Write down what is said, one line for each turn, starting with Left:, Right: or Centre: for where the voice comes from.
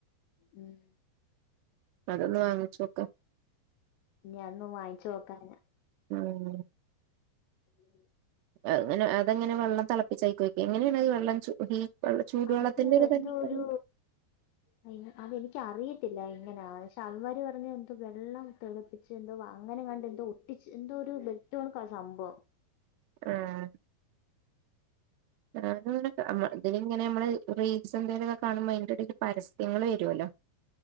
Left: ഉം
Right: അതൊന്ന് വാങ്ങിച്ചോക്കാ
Left: ഇഞ് അ ഒന്ന് വാങ്ങിച്ച് നോക്കാനാ
Right: ഉം
Left: <unintelligible>
Right: അഹ്ങ്ങനെ അതെങ്ങനെ വെള്ളം തെളപ്പിച്ച് ആയിക്ക് ഒഴിക്കെ എങ്ങനെയാണ് അഹ്‌ വെള്ളം ചൂ <unintelligible> ചൂടുവെള്ളത്തിന്റെ
Left: അത് എന്തോ
Right: തന്നേക്കാരം
Left: ഒരു അയിന് അതെനിക്കു അറിയ ത്തില്ല ഇങ്ങനെ ശ അവന്മാര് പറഞ്ഞ് എന്തോ വെള്ളം തിളപ്പിച്ച് എന്തോ അങ്ങനങ്ങാണ്ട് എന്തോ ഒട്ടിച്ച് എന്തോ ഒരു ബെഡ് ആ സംഭവം
Right: ഉം <unintelligible> ഇതില് ഇങ്ങനെ നമ്മള് റീൽസ് എന്തേലും കാണുമ്പോ അതിൻ്റെടെൽ പരസ്യങ്ങള് വരുമല്ലോ